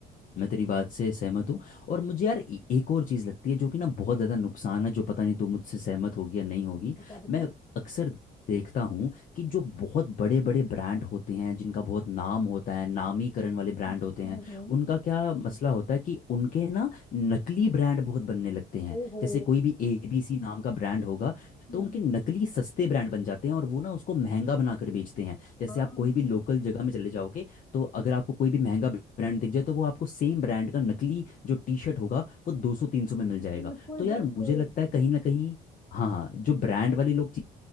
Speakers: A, on the left; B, on the left.
A: मैं तेरी बात से सहमत हूँ और मुझे यार ए- एक और चीज़ लगती है जो कि ना बहुत ज़्यादा नुकसान है जो पता नहीं तू मुझसे सहमत होगी या नहीं होगी
B: बता बता
A: मैं अक्सर देखता हूँ कि जो बहुत बड़े बड़े ब्रांड होते हैं जिनका बहुत नाम होता है नामीकरण वाले ब्रांड
B: हम्म
A: होते हैं
B: हम्म,
A: उनका क्या मसला होता है कि उनके ना नकली ब्रांड बहुत बनने लगते हैं
B: ओहो
A: जैसे कोई भी एबीसी नाम का ब्रांड होगा
B: हम्म,
A: तो उनके नकली सस्ते ब्रांड बन जाते हैं और वो ना उसको महंगा बनाकर बेचते हैं जैसे
B: हाँ
A: आप
B: हम्म,
A: कोई भी लोकल जगह में चले जाओगे तो अगर आपको कोई भी महंगा ब्रांड दिख जाए तो वो आपको सेम ब्रांड का नकली जो टी शर्ट होगा वो 200-300 में मिल जाएगा
B: बिल्कुल
A: तो यार
B: बिल्कुल
A: मुझे लगता है कहीं ना कहीं हाँ हाँ जो ब्रांड वाले लोग ची-